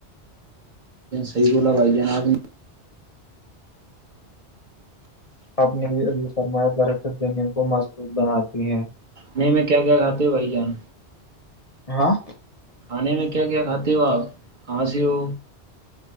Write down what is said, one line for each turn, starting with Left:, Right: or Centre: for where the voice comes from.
Right: صیح بولا بھائی جان آپ
Left: اپنے ابھی ابھی فرمایا کہ درخت زمین کو مضبوط بناتی ہیں
Right: نہیں میں کیا کیا کہہ رہا تھا بھائی جان
Left: ہاں
Right: کھانے میں کیا کیا کھاتے ہو آپ کہاں سے ہو